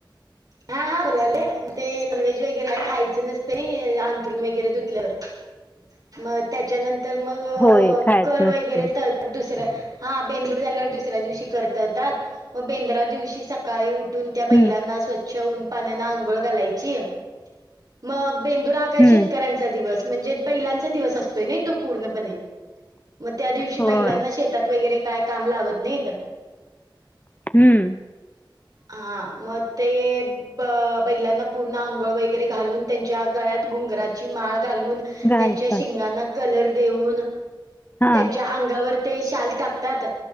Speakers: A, on the right; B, on the left.
A: हा हा बोलाले म ते नॉनव्हेज वगैरे काय खायचं नस तरी अंथरून वगैरे धुतल्यावर म त्याच्यानं तर मग अ
B: होय खायच
A: कर
B: नसते
A: वगैरे त दुसऱ्या हा बेंदूर झाल्यावर दुसऱ्या दिवशी कर करतात म बेंद्रा दिवशी सकाळी उठ ठुन
B: हम्म
A: त्या बैलांना स्वच्छ ऊन पाण्यानं आंघोळ घालायची मग बेदुरात काय
B: हम्म
A: शेतकऱ्यांचा दिवस म्हणजे बैलांचा दिवस असतोय नय तो पूर्णपणे म त्या दिवशी
B: होय
A: बैलांना शेतात वगैरे काय काम लावत नाहीत.
B: हम्म
A: हा म ते ब बैलांना पूर्ण अंघोळ वै गैरे घालून त्यांच्या गळ्यात घुंगराची माळ घालून
B: घालतात
A: त्यांच्यां शिंगाणा कलर देऊन त्यांच्या
B: हा
A: अंगावर ते शाल टाकतात.